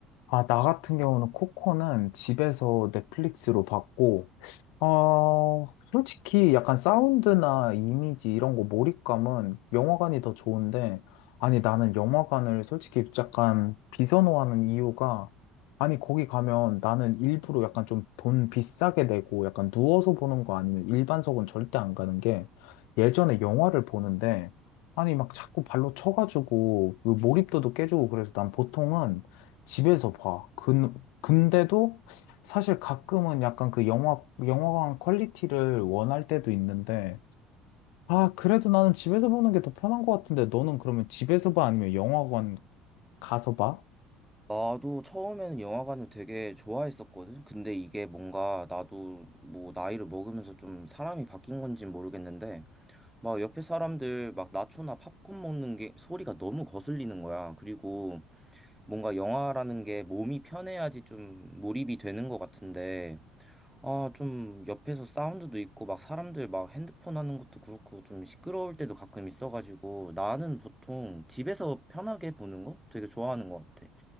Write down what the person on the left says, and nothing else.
아, 나 같은 경우는 코코는 집에서 넷플릭스로 봤고, 어, 솔직히 약간 사운드나 이미지 이런 거 몰입감은 영화관이 더 좋은데, 아니, 나는 영화관을 솔직히 약간 비선호하는 이유가, 아니, 거기 가면 나는 일부러 약간 좀 돈 비싸게 내고 약간 누워서 보는 거 아니면 일반석은 절대 안 가는 게, 예전에 영화를 보는데, 아니, 막 자꾸 발로 쳐가지고 그 몰입도도 깨지고 그래서 난 보통은 집에서 봐. 근, 근데도 사실 가끔은 약간 그 영화, 영화관 퀄리티를 원할 때도 있는데, 아, 그래도 나는 집에서 보는 게 더 편한 것 같은데, 너는 그러면 집에서 봐? 아니면 영화관 가서 봐?